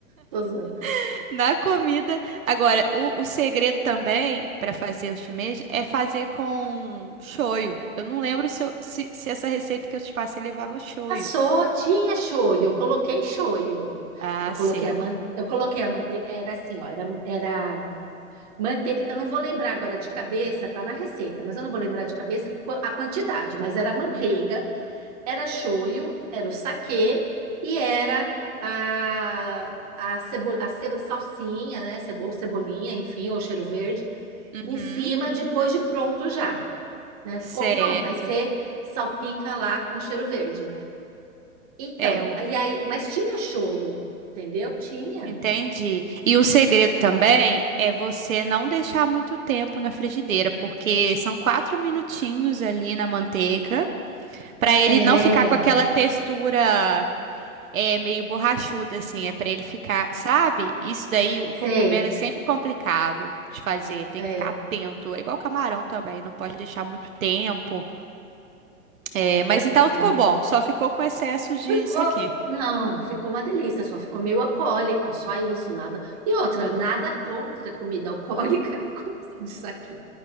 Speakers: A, on the right; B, on the right.
A: tô zoando.
B: <laughs> na comida. Agora, o, o segredo também para fazer o shimeji é fazer com shoyu. Eu não lembro se, eu- se, se essa receita que eu te passei levava shoyu.
A: Passou, tinha shoyu, eu coloquei shoyu.
B: Ah,
A: Eu coloquei
B: sei.
A: a man... eu coloquei a manteiga, era assim, ó, era, era manteiga, eu não vou lembrar agora de cabeça, tá na receita, mas eu não vou lembrar de cabeça qua- a quantidade, mas era manteiga,
B: Uhum.
A: era shoyu, era o saquê e era a a, cebo... a ce- salsinha, né, cebo... ou cebolinha, enfim, ou cheiro verde,
B: Uhum.
A: em cima depois de pronto já, né?
B: Certo.
A: Ficou pronto, aí você salpica lá com cheiro verde. Então,
B: É,
A: aí, aí, mas tinha o shoyu, entendeu? Tinha.
B: Entendi. E o segredo também é você não deixar muito tempo na frigideira, porque são quatro minutinhos ali na manteiga, para ele
A: É,
B: não ficar com aquela textura é, meio borrachuda, assim, é para ele ficar, sabe? Isso daí, o
A: sei.
B: cogumelo é sempre complicado de fazer, tem
A: É,
B: que ficar atento. É igual camarão também, não pode deixar muito tempo. É, mas
A: é,
B: então ficou
A: né?
B: bom, só ficou com excesso de
A: Ficou,
B: saquê.
A: não, ficou uma delícia, só ficou meio alcoólico, só isso, nada. E outra, nada contra comida alcoólica, <laughs> como se aqui.